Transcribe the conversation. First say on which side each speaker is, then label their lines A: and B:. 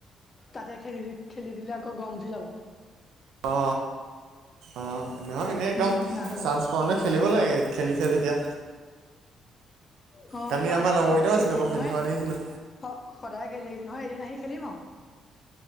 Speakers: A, on the left (about 30°); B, on the right (about 80°).
A: তাতে খেলি খেলি দিলে আকৌ গম উঠি যাব।
B: অ অ। নহয় এনেই একদম
A: উহো নাখালা
B: চাঞ্চ পাওঁতে খেলিব লাগে খেলিছে যেতিয়া।
A: অ
B: কালি
A: পায়
B: আমাৰ লগৰকেইটাও
A: সদায়
B: আছিলে
A: খেলি থাকিব
B: বাৰু
A: নহয়।
B: থকা দেখিছিলোঁ
A: অ সদায় খেলি থাকিব নহয় এদিন আহি খেলিম আও।